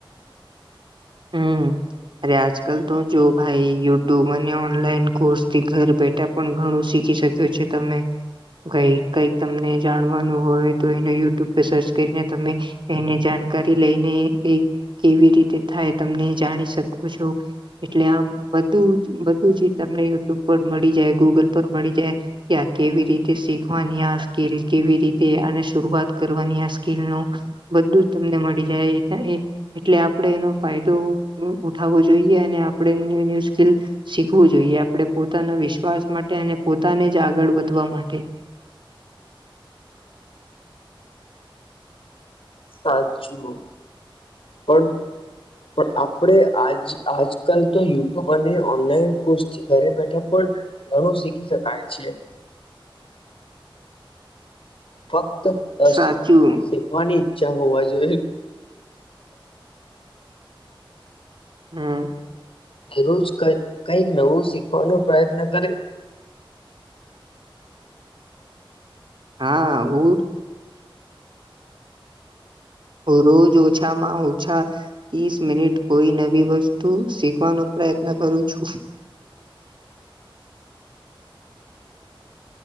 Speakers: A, on the right (about 60°); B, on the left (about 80°).
A: હમ, અરે આજ કલ તો જો ભાઈ યુટ્યુબ અને ઓનલાઈન કોર્સથી ઘર બેઠા, પણ ઘણું શીખી શક્યો છે તમે. કઈ કઈક તમને જાણવાનું હોય તો એને યુટ્યુબ પર સર્ચ કરીને તમે, એને જાણકારી લઈને એ કેવી રીતે થાય તમને જાણી શકો છો. એટલે આ બધું બધુ જે તમને યુટ્યુબ પર મળી જાય ગૂગલ પર મળી જાય. કે્યા કેવી રીતે શીખવાની આ સ્કીલ કેવી રીતે અને શરૂઆત કરવાની આ સ્કીલ નુ બધું જ તમને મળી જાય એટલે એ આપડે એનો, ફાયદો ઉઠાવવો જોઈએ અને આપણે ન્યુ ન્યુ સ્કીલ, શીખવું જોઈએ આપણે પોતાના વિશ્વાસ માટે અને પોતાને જ આગળ વધવા માટે.
B: સાચું પણ, પણ આપણેે આજ આજકાલ તો યુટ્યુબ અને ઓનલાઈન કોર્સ કે ઘરે બેઠા પણ ઘણું શીખી શકાય છે. ફક્ત અ
A: સાચું
B: શીખવાની ઈચ્છા હોવા જોઈએ.
A: હા,
B: રોજ ક કઈક નવું શીખવાનો પ્રયત્ન કરે,
A: હા હુંર, રોજ ઓછામાં ઓછા, ત્રીસ મિનિટ કોઈ નવી વસ્તુ શીખવાનો પ્રયત્ન કરું છું.